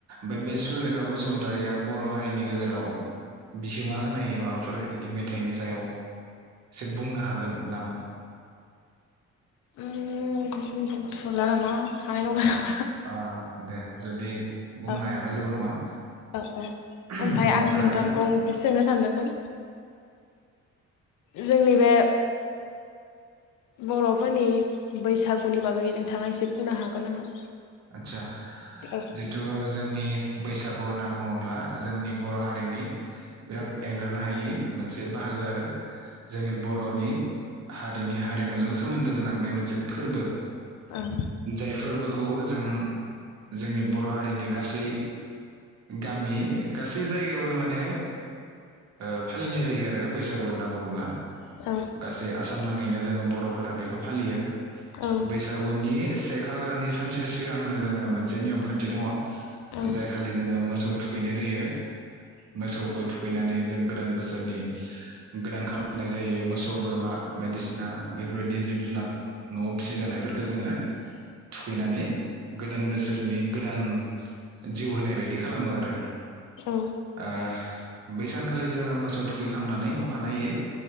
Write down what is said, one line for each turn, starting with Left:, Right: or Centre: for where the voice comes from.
Right: बे बसुलेखा बसु मतारिया बर' हारिनि गेजेराव बिहोमा होनाय माबाफोर बिदि मेथाइनि सायाव एसे बुंनो हागोन नामा?
Left: ओम बुंथ'ला नामा हानाय नंला।
Right: ओ दे जुदि बुंनो
Left: औ
Right: हायाबा जेबो नङा
Left: औ औ
Right: ओमफ्राय।
Left: आं नोंथांखौ मोनसे सोंनो सानदोंमोन जोंनि बे बर'फोरनि बैसागुनि बागै नोंथाङा एसे बुंनो हागोन नामा?
Right: आतसा
Left: औ
Right: जिथु जोंनि बैसागु होनना बुङोब्ला जोंनि बर' हारिनि बिराद एंगारनो हायि मोन मोनसे बाहागो आरो जोंनि बर'नि हारिनि हारिमुजों सोमोन्दो गोनां बे मोनसे फोरबो।
Left: ओं
Right: जाय फोरबोखौ खौ जों जोंनि बर' हारिनि गासै गामि गासै जायगायावनो माने ओ फालिनाय जायो आरो बैसागु होनना बुङोब्ला
Left: औ
Right: गासै आसाम नाङैनो जोङो बर' फोरा बेखौ फालियो।
Left: औ
Right: बैसागुनि से खालारनि सानसे सिगांनो जोङो मोनसे नियम खान्थि दङ।
Left: औ
Right: जाय खालि जोङो मोसौ थुखैनाय जायो। मोसौखौ थुखैनानै जों गोदान बोसोरनि गोदान खालामनाय जायो मोसौ बोरमा बायदिसिना बेफोरबायदि जिब जुनार न'आव फिसिजानायफोरखौ जोङो खैनानै गोदान बोसोर नि गोदान जिउ होनाय बायदि खालामो आरो।
Left: औ
Right: ओ बैसानखालि जोङो मोसौ थुखैखांनानै अखानायै